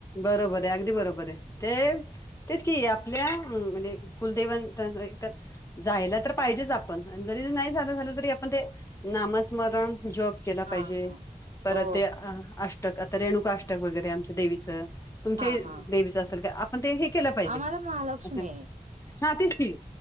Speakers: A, on the left; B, on the right.
A: बरोबर आहे अगदी बरोबर आहे ते तेच कि आपल्या म्हणजे कुलदेवन तर.. जायला तर पाहिजेच आपण जरी नाही झा झालं तरी आपण ते नामस्मरण जप केला
B: हा
A: पाहिजे
B: हा
A: परत
B: हो
A: ते अ अष्टक आता रेणुका अष्टक वगैरे आमच्या देवीचं तुमच्या
B: हा हा
A: देवीचं असेल का पण ते हे केलं पाहिजे
B: आम्हाला महालक्ष्मी
A: असं हा तीच ती